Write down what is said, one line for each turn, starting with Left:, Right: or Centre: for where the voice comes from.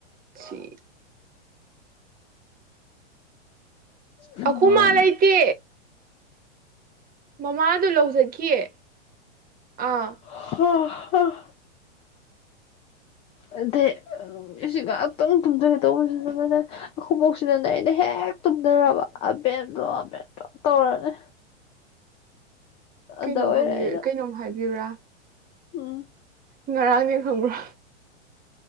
Right: ꯁꯤ
Left: ꯅꯪ
Right: ꯑꯩꯈꯨꯝ
Left: ꯉꯔꯥꯡꯗꯣ
Right: ꯃꯥꯥ ꯂꯩꯇꯦ ꯃꯃꯥꯗꯣ ꯂꯧ ꯆꯠꯈꯤꯌꯦ ꯑꯥ
Left: ꯍꯥ ꯍꯥ ꯑꯗꯩ ꯑꯁꯤꯁꯤ ꯉꯥꯛꯇꯪ ꯇꯨꯝꯖꯒꯦ ꯇꯧꯕꯁꯤꯗꯅꯅꯦ ꯑꯩꯈꯪꯏ ꯕꯣꯛꯁꯤꯅꯅꯦ ꯑꯩꯅ ꯍꯦꯛ ꯇꯨꯝꯅꯔꯕ ꯑꯕꯦꯟꯗꯣ ꯑꯕꯦꯟꯇꯣ ꯇꯧꯔꯅꯤ ꯑꯗ
Right: ꯀꯩꯅꯣꯝ
Left: ꯑꯣꯏꯔꯦ
Right: ꯍꯪꯕꯤ
Left: ꯑꯩꯅ
Right: ꯀꯩꯅꯣꯝ ꯍꯥꯏꯕꯤꯌꯨꯨꯔꯥ
Left: ꯎꯝ
Right: ꯉꯔꯥꯡꯅꯦ ꯈꯪꯕ꯭ꯔꯥ